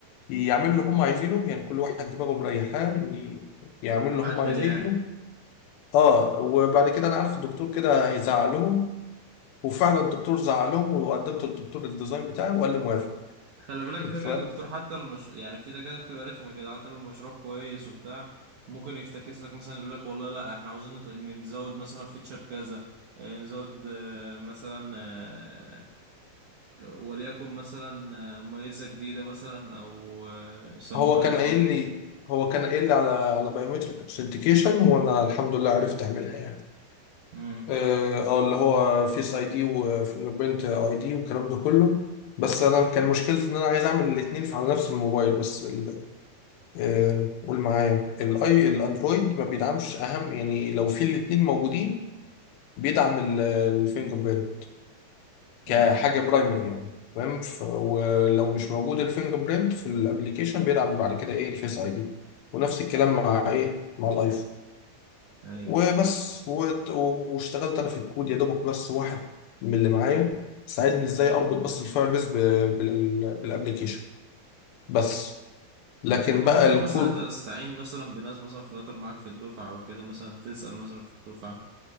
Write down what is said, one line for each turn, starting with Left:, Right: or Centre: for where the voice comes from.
Left: يعملوا اللي هم عايزينه يعني كل واحد دماغه مريحاه ي- يعملوا اللي هم
Right: عدل
Left: عايزينه
Right: يعني
Left: اه وبعد كده انا عارف الدكتور كده هيزعق لهم وفعلا الدكتور زعق لهم وقدمت للدكتور الديزاين بتاعي وقال لي موافق
Right: خلي بالك
Left: <laughs>
Right: كده كده الدكتور حتى المش... يعني في دكاترة بتبقى رخمة كده حتى لو المشروع كويس وبتاع ممكن يفتكس لك مثلا يقول لك والله لا احنا عاوزين نط- إن نزود مثلا فيتشر كذا آه، نزود آه، مثلا آه، وليكن مثلا آه، ميزة جديدة مثلا أو آه، يسموها
Left: هو كان
Right: إيه يا
Left: قايل
Right: رب
Left: لي هو كان قايل لي على على بايومتريك اوثنتيكيشن وانا الحمد لله عرفت اعملها يعني
Right: امم
Left: اه آه، اللي هو فيس اي دي وفينجربرنت اي دي والكلام ده كله بس انا كان مشكلتي ان انا عايز اعمل الاثنين على نفس الموبايل بس ال- آه، قول معايا الاي الاندرويد ما بيدعمش اهم يعني لو في الاثنين موجودين بيدعم الفينجر كحاجة
Right: أي
Left: برايمري يعني تمام ف- ولو مش موجود الفينجر برينت في الابليكيشن بيدعم بعد كده ايه الفيس اي دي ونفس الكلام مع ايه مع الايفون
Right: أي
Left: وبس وت- و- واشتغلت انا في الكود يا دوبك بس واحد من اللي معايا ساعدني ازاي اربط بس الفاير بيس ب- بال- بالابليكيشن بس لكن
Right: طب ما
Left: بقى
Right: ممكن
Left: الكود
Right: مثلا أنت تستعين مثلا بناس مثلا فلاتر معاك في الدفعة أو كده مثلا تسأل مثلا في الدفعة